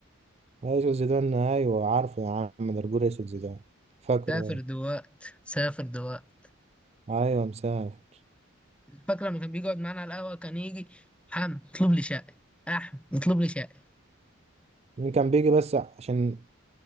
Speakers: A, on the right; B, in the centre.
A: أيوة يوسف زيدان أيوه عارفه يا عم ده رجول أسود زيدان فاكره
B: سافر
A: أيوه
B: دلوقت سافر دلوقت
A: أيوه مسافر
B: فاكر لما كان بيجي يقعد معانا على القهوه كان يجي حم اطلب لي شقه احم اطلب لي شقه
A: مين كان بيجي بس عشان